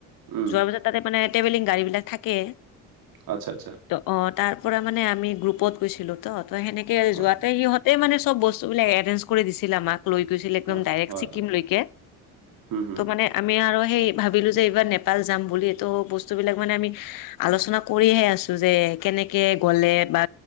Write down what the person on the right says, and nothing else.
উম
আচ্ছা আচ্ছা।
হয়
হয়
হয়
হয়
হুম হুম
হুম
হুম।